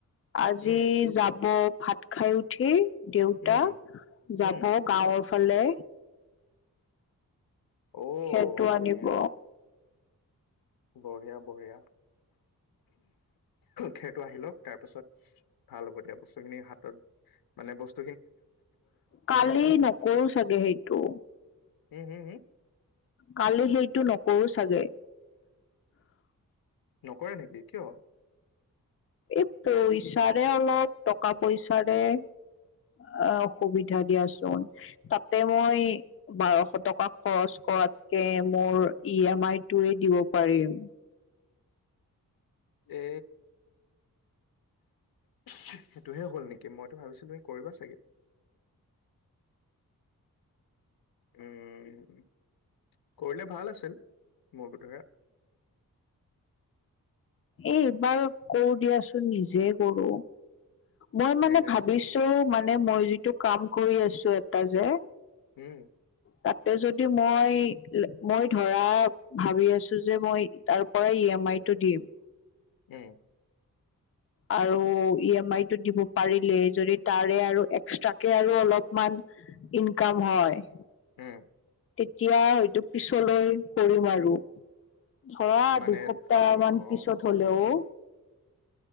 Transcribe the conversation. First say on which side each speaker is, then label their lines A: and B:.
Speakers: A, on the left; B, on the left.
A: আজি
B: উম
A: যাব ভাত খাই উঠি দেউতা
B: উম
A: যাব
B: উম
A: গাঁৱত ভালে
B: অ'
A: খেৰটো আনিব
B: ধুনীয়া বঢ়িয়া বঢ়িয়া। খেৰটো আহি লওক তাৰ পাছত ভাল হ'ব এতিয়া বস্তুখিনি হাতত মানে বস্তু
A: কালি নকৰো চাগে সেইটো।
B: হম হম হম
A: কালি সেইটো নকৰো চাগে।
B: নকৰে নেকি কিয়?
A: এই পইচাৰে অলপ টকা পইচাৰে অ অসুবিধা দিয়াচোন তাতে মই বাৰশ টকা খৰচ কৰি হোৱাতকে মোৰ ই এম আই টোৱে দিব পাৰিম।
B: এ সেইটোহে হ'ল নেকি মইতো ভাবিছিলো তুমি কৰিবা চাগে। উম কৰিলে ভাল আছিল মোৰ বোধেৰে
A: এই এইবাৰ কৰো দিয়াচোন নিজে কৰ মই মানে
B: নিজে
A: ভাবিছো মানে মানে মই যিটো কাম কৰি আছো এটা যে
B: উম
A: তাতে যদি মই মই ধৰা ভাবি আছো যে মই তাৰ পৰাই ইয়া মাইটো দিম
B: উম
A: আৰু ই এম আই টো দিব পাৰিলে যদি তাৰে আৰু এক্সট্ৰাকে আৰু অলপমান ইনকাম হয়
B: উম
A: এতিয়া হয়টো পিছলৈ কৰিম আৰু। ধৰা
B: মানে
A: দুসপ্তাহ
B: অ'
A: মান
B: অ'
A: পিছত হলেও